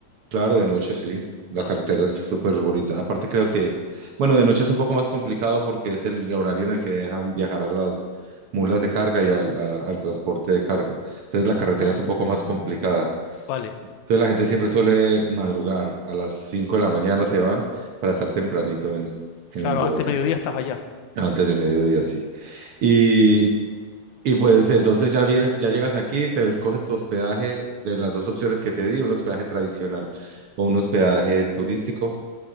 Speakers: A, on the right (about 65°); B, on the left (about 80°).
A: Claro, de noche sí, la
B: Ah,
A: carretera
B: genial.
A: es súper bonita. Aparte creo que, bueno, de noche es un poco más complicado porque es el horario en el que dejan viajar a las mulas de carga y al, a- al transporte de carga. Entonces la carretera
B: Ah,
A: es un poco más complicada.
B: vale.
A: Entonces la gente siempre suele madrugar, a las 5 de la mañana se van para estar tempranito en, en
B: Claro,
A: Bogotá,
B: antes de mediodía estás allá.
A: antes de mediodía, sí. Y y pues entonces ya vienes, ya llegas aquí, te escoges tu hospedaje de las dos opciones que te di, un hospedaje tradicional o un hospedaje turístico